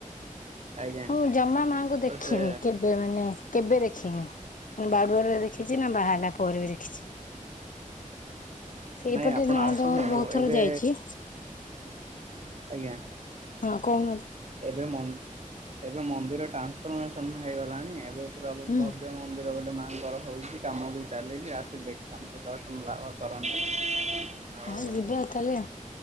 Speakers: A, on the right (about 55°); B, on the left (about 70°).
A: ଆଜ୍ଞା
B: ମୁଁ ଜମା ମାଙ୍କୁ ଦେଖିନି।
A: ତ ସେ
B: କେ ଏବେ ମାନେ, କେବେ ଦେଖିନି। ବାଡୁଅ ରେ ଦେଖିଛି ନା, ବାହା ହେଲା ପରେ ବି ଦେଖିଛି। ସେଇପଟେ
A: ନାଇଁ ଆପଣ
B: ନଣଦ
A: ଆସନ୍ତୁ
B: ଘରୁ, ବହୁତ ଥର
A: ଏବେ
B: ଯାଇଛି।
A: ଆଜ୍ଞା।
B: ହଁ କହୁନାହାନ୍ତି
A: ଏବେ ଏବେ ମନ୍ଦିର ଟ୍ରାନ୍ସଫର୍ମେସନ ହେଇଗଲାଣି ଏବେ ପୁରାଭା
B: ହୁଁ
A: ଏଇମନ୍ଦିର ଗୋଟେ ମାଆଙ୍କର ହଉଛି କାମ ବି ଚାଲିଛି ଆସି ଦେଖନ୍ତୁ ଦର୍ଶନ ଲାଭ କରନ୍ତୁ ଆଉ
B: ହଁ ଯିବ ତାହେଲେ